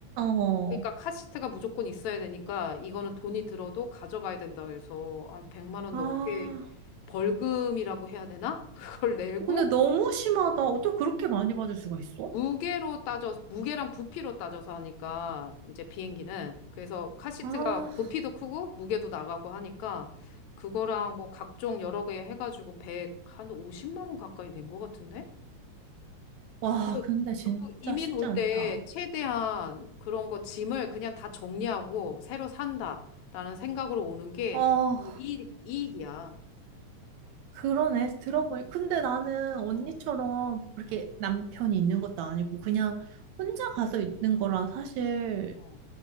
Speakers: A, on the right (about 75°); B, on the left (about 75°).
A: 어.
B: 그러니까 카시트가 무조건 있어야 되니까 이거는 돈이 들어도 가져가야 된다 그래서 한 100만 원
A: 아.
B: 넘게 벌금이라고 해야 되나? <laughs> 그걸 내고
A: 어, 근데 너무 심하다. 어떻게 그렇게 많이 받을 수가 있어?
B: 무게로 따져서, 무게랑 부피로 따져서 하니까, 이제 비행기는. 그래서 카시트가
A: 아.
B: 부피도 크고, 무게도 나가고 하니까, 그거랑 뭐 각종 여러 개 해가지고 백한 50만 원 가까이 낸 것 같은데?
A: 와,
B: 그래서
A: 근데 진짜
B: 너도 이민
A: 쉽지
B: 올
A: 않다.
B: 때 최대한 그런 거 짐을 그냥 다 정리하고 새로 산다라는 생각으로 오는 게
A: 어.
B: 이익, 이익이야.
A: 그러네. 들어보니. 근데 나는 언니처럼
B: 어,
A: 그렇게
B: 어,
A: 남편이 있는 것도 아니고 그냥 혼자 가서 있는 거라 사실
B: 어.